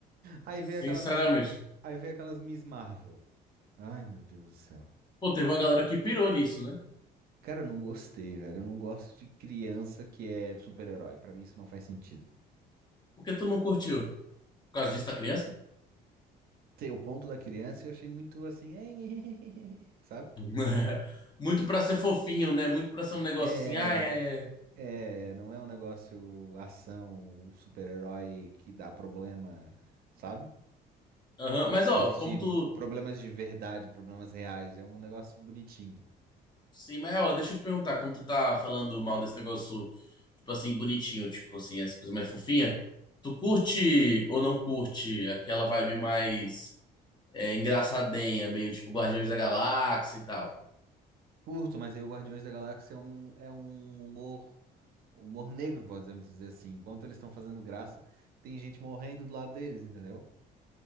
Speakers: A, on the right; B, on the left.
A: Aí
B: Sinceramente.
A: vem aquela Miss... aí vem aquelas Miss Marvel. Ai, meu Deus do céu.
B: Pô, teve uma galera que pirou nisso, né?
A: Cara, eu não gostei, velho. Eu não gosto de criança que é super-herói. Pra mim isso não faz sentido.
B: Por que tu não curtiu? Por causa disso da criança?
A: Ter o ponto da criança eu achei muito assim, <laughs> sabe?
B: <laughs> Muito pra ser fofinho, né? Muito pra ser um negócio
A: É,
B: assim, ah, é. é.
A: É, não é um negócio ação, um super-herói que dá problema, sabe?
B: Aham. Mas ó,
A: Que existe
B: como
A: v-
B: tu.
A: problemas de verdade, problemas reais. É um negócio bonitinho.
B: Sim, mas ó, deixa eu te perguntar, como tu tá falando mal desse negócio, tipo assim, bonitinho, tipo assim, essa coisa mais fofinha, tu curte ou não curte aquela vibe mais é, engraçadinha, meio tipo Guardiões da Galáxia e tal?
A: Curto, mas aí o Guardiões da Galáxia é um, é um humor, humor negro, podemos dizer assim. Enquanto eles estão fazendo graça, tem gente morrendo do lado deles, entendeu?